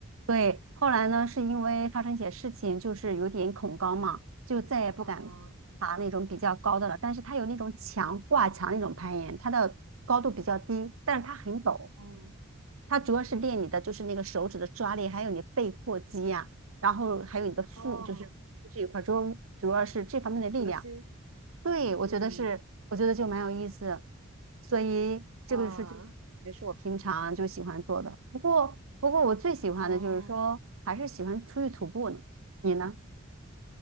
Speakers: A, on the right; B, on the right.
A: 对，后来呢，是因为发生一些事情，就是有点恐高嘛，就再也不敢爬那种比较高的了。
B: 哦
A: 但是它有那种墙挂墙那种攀岩，它的高度比较低，但是它很陡。
B: 哦
A: 它主要是练你的就是那个手指的抓力，还有你背阔肌呀、然后还有你的腹，
B: 哦，
A: 就是这一块儿，主要主要是这方面的力量。
B: 核心，
A: 对，我觉得是，
B: 嗯，
A: 我觉得就蛮有意思，所以这个是就也是我平常就喜欢做的。
B: 哇，
A: 不过，不过我最喜欢的就是说，
B: 哦，
A: 还是喜欢出去徒步呢。你呢？